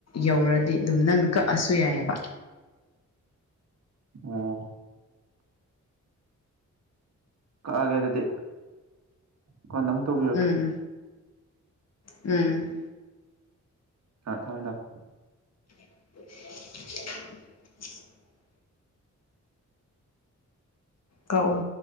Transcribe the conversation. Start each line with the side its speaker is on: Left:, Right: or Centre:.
Left: ꯌꯧꯔꯗꯤ ꯑꯗꯨꯝ ꯅꯪꯅ ꯀꯛꯑꯁꯨ ꯌꯥꯏꯑꯕ
Right: ꯑꯣ ꯀꯛꯑꯒꯦ ꯑꯗꯨꯗꯤ ꯀꯣꯟ ꯑꯃꯪꯛ ꯇꯧꯕꯤꯔꯛꯀꯦ
Left: ꯎꯝ ꯎꯝ
Right: ꯊ ꯊꯝꯃꯦ ꯊꯝꯃꯦ
Left: <inaudible> ꯀꯛꯑꯣ